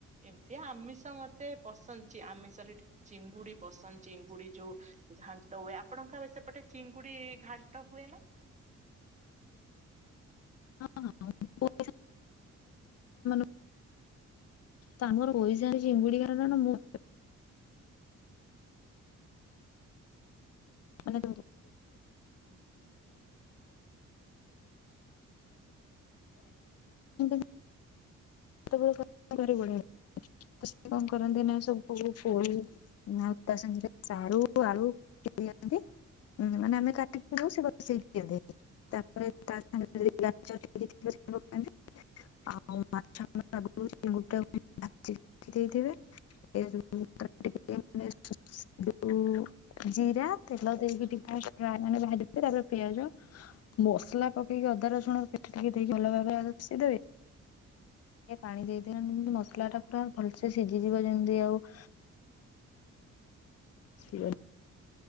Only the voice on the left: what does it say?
ହଁ ହଁ <unintelligible> ତାଙ୍କର ପଇସା ହେଇଛି ଚିଙ୍ଗୁଡି କାରଣ ମୁଁ ମାନେ <unintelligible> <inaudible> ସେତେବେଳେ <unintelligible> ଭାରି ବଢିଆ ଲାଗେ ତ ସେ କଣ କରନ୍ତି ନା ସବୁ ପୋଇ ଆଉ ତା ସାଙ୍ଗରେ ସାରୁ ଆଳୁ। <unintelligible> ହୁଁ ମାନେ ଆମେ କାଟି କୁଟା ଦବୁ ସେ ବସେଇ ଦିଅନ୍ତି। ତାପରେ ତା ସାଙ୍ଗରେ <unintelligible> ଆଉ ତା ଆଗରୁ ଚିଙ୍ଗୁଡି ଟାକୁ ଭାଜି ଦେଇଥିବେ ଏ ଟିକେ ୁ <inaudible> ଜିରା ତେଲ ଦେଇକି ଟିକେ ଫ୍ରା ମାନେ ଭାଜି ଦେଇଥିବେ ତାପରେ ପିଆଜ ମସଲା ପକେଇକି ଅଦା ରସୁଣ ପେଷ୍ଟ ଟିକେ ଦେଇକି ଭଲ ଭାବେ ଆଗେ କସି ଦେବେ। ଟିକେ ପାଣି ଦେଇଦିଅନ୍ତି ଯେମିତି ମସଲା ଟା ପୁରା ଭଲସେ ସିଝିଯିବ ଯେମିତି ଆଉ ସେ <unintelligible>